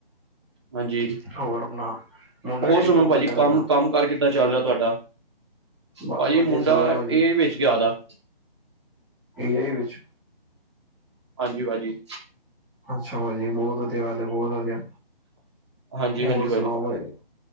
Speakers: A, on the right; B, in the centre.
A: ਹਾਂਜੀ,
B: ਹੋਰ ਆਪਣਾ ਮੁੰਡਾ
A: ਹੋਰ
B: ਕਿਹੜੀ
A: ਸੁਣਾਉ
B: ਜੋਬ
A: ਭਾਜੀ
B: ਲੱਗਾ ਤੁਹਾਡਾ
A: ਕੰਮ, ਕੰਮ-ਕਾਰ ਕਿੱਦਾਂ ਚੱਲ ਰਿਹਾ ਤੁਹਾਡਾ?
B: ਬਸ
A: ਭਾਜੀ
B: ਵਧੀਆ
A: ਮੁੰਡਾ,
B: ਚੱਲਦਾ ਭਾਜੀ
A: ਏ ਆਈ ਵਿਚ ਗਿਆਦਾ।
B: ਏ ਆਈ ਵਿੱਚ?
A: ਹਾਂਜੀ ਭਾਜੀ।
B: ਅੱਛਾ ਭਾਜੀ ਬਹੁਤ ਵਧੀਆ ਗੱਲ ਐ, ਬਹੁਤ ਵਧੀਆ,
A: ਹਾਂਜੀ
B: ਹੋਰ
A: ਹਾਂਜੀ
B: ਸੁਣਾਓ ਭਾਜੀ?